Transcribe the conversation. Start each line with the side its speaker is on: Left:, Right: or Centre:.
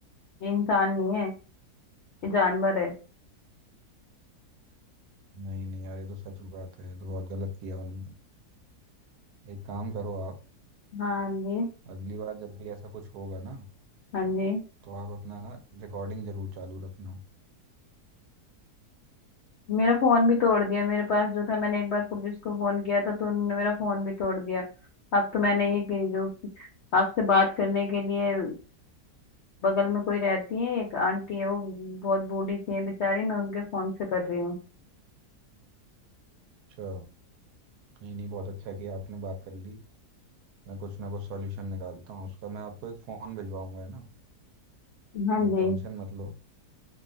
Left: ये इंसान नहीं है ये जानवर है
Right: नहीं नहीं यार ये तो सच बात है ये तो बहुत गलत किया उनने एक काम करो आप
Left: हाँ जी
Right: अगली बार जब भी ऐसा कुछ होगा ना
Left: हाँ जी
Right: तो आप अपना ना रिकॉर्डिंग जरूर चालू रखना
Left: मेरा फोन भी तोड़ दिया मेरे पास जो था मैंने एक बार पुलिस को फोन किया था तो उन्होंने मेरा फोन भी तोड़ दिया अब तो मैंने ये कि- जो आपसे बात करने के लिए बगल में कोई रहती है एक आंटी है वो बहुत बूढ़ी सी है बेचारी मैं उनके फोन से कर रही हूँ
Right: अच्छा नहीं नहीं बहुत अच्छा किया आपने बात कर ली मैं कुछ ना कुछ सॉल्यूशन निकालता हूँ उसका मैं आपको एक फ़ोन भिजवाऊंगा है ना
Left: हाँ
Right: आप
Left: जी
Right: टेंशन मत लो